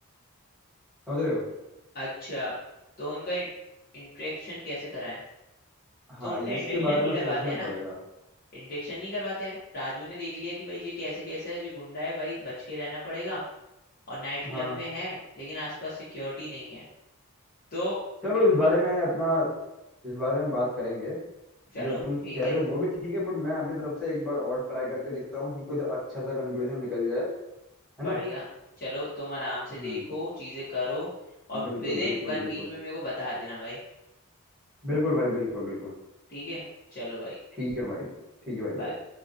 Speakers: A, in the centre; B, on the left (about 40°).
A: समझ रहे हो
B: अच्छा तो उनका इंट्रेक्शन कैसे कराएं
A: हाँ
B: तो उनका
A: ये-
B: इंट्रेक्शन
A: इसके बारे
B: नहीं
A: में
B: करवाते
A: सोचना
B: हैं
A: पड़ेगा
B: ना इंट्रेक्शन नहीं करवाते हैं राजू ने देख लिया कि भाई ये कैसे कैसे है जो गुंडा है भाई बच के रहना पड़ेगा और नाइट क्लब
A: हाँ
B: में है लेकिन आसपास सिक्योरिटी नहीं है तो
A: चलो इस बारे में अपना इस बारे में बात करेंगे
B: चलो
A: जो तुम कह
B: ठीक है
A: रहे हो वो भी ठीक है बट मैं अपनी तरफ से एक बार और ट्राई करके देखता हूँ कि कुछ अच्छा सा कंक्लूजन निकल जाए है
B: बढ़िया
A: ना
B: चलो तुम आराम से देखो
A: हम्म
B: चीजें करो और
A: बिल्कुल
B: विद
A: बिल्कुल
B: इन वन
A: बिल्कुल
B: वीक में मेरे को बता देना भाई
A: बिल्कुल भाई बिल्कुल बिल्कुल
B: ठीक है चलो भाई
A: ठीक है भाई ठीक है भाई
B: bye।
A: भाई